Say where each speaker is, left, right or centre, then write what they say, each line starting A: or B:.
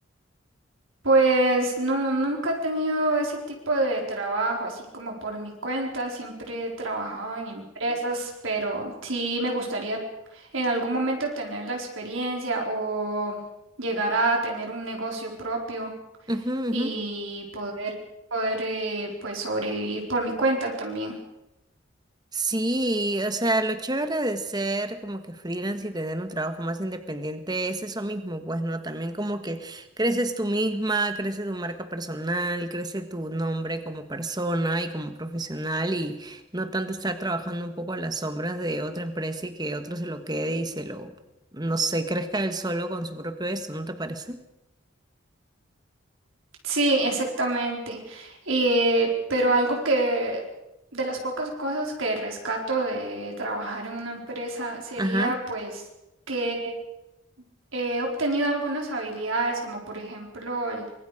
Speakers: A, on the right; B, on the right.
A: Pues no, nunca he tenido ese tipo de trabajo, así como por mi cuenta, siempre he trabajado en empresas, pero sí me gustaría en algún momento tener la experiencia o llegar a tener un negocio propio
B: Ujú, ujú.
A: y poder, poder eh, pues sobrevivir por mi cuenta también.
B: Sí, o sea, lo chévere de ser como que freelance y tener un trabajo más independiente es eso mismo, pues, ¿no? También como que creces tú misma, crece tu marca personal, crece tu nombre como persona y como profesional y no tanto estar trabajando un poco a las sombras de otra empresa y que otro se lo quede y se lo, no sé, crezca él solo con su propio esto, ¿no te parece?
A: Sí, exactamente. Eh, pero algo que de las pocas cosas que rescato de trabajar en una empresa sería
B: Ajá.
A: pues que he obtenido algunas habilidades, como por ejemplo el,